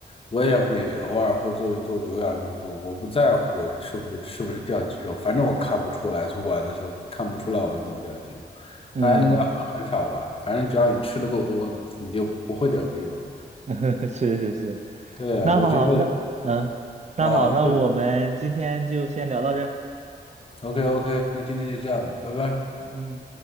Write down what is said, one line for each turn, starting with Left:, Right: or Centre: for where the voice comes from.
Left: 我也每偶尔会做一做有氧运动。我不在乎我是不是不是掉肌肉，反正我看不出来，做完的时候看不出来我有没有掉肌肉。
Right: 嗯，
Left: 它应该会很少吧，反正只要你吃的够多，你就不会掉肌肉。
Right: <laughs> 是是是。
Left: 对啊，
Right: 那好，
Left: 我觉得，
Right: 那嗯，那好，
Left: 啊，
Right: 那我们今天就先聊到这儿。
Left: 对，OK OK，那今天就这样吧，拜拜。
Right: 嗯。